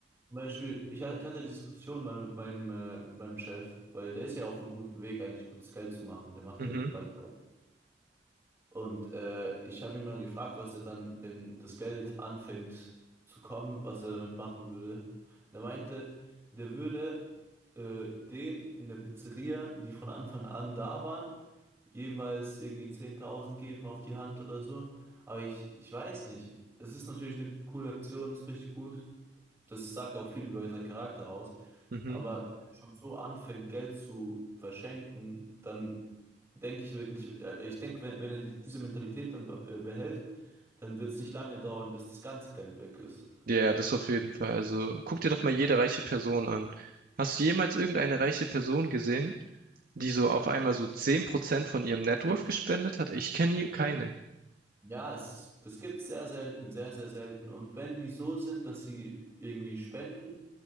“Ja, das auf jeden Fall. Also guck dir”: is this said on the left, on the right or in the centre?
Right